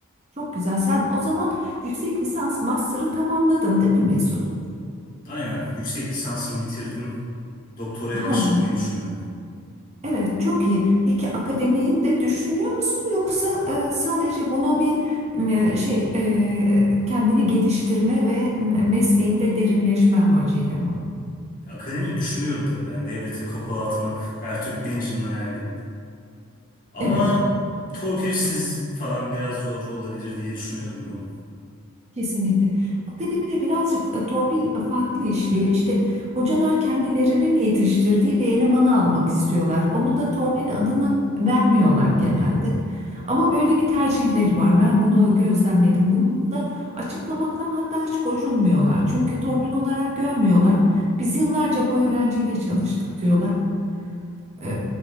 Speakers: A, on the right; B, on the left.
A: Çok güzel. Sen o zaman yüksek lisans master'ı tamamladın değil mi Mesut?
B: Aynen yüksek lisansımı bitirdim. Doktoraya
A: <laughs>
B: başvurmayı düşünüyorum.
A: Evet, çok iyi. Peki akademiyi de düşünüyor musun yoksa e, sadece bunu bir m, şey e, kendini geliştirme ve m, mesleğinde derinleşme amacıyla mı?
B: Akademiyi düşünüyorum tabii. Yani devlete kapağı atmak her Türk gencinin hayali. Ama
A: Evet.
B: torpilsiz falan biraz zor olabilir diye düşünüyorum.
A: Kesinlikle. Akademide birazcık e, torpil e, farklı işliyor. İşte hocalar kendilerinin yetiştirdiği bir elemanı almak istiyorlar. Onu da torpil adını vermiyorlar genelde. Ama böyle bir tercihleri var. Ben bunu gözlemledim. Bunu da açıklamaktan hatta hiç gocunmuyorlar. Çünkü torpil olarak görmüyorlar. Biz yıllarca bu öğrenciyle çalıştık diyorlar. E,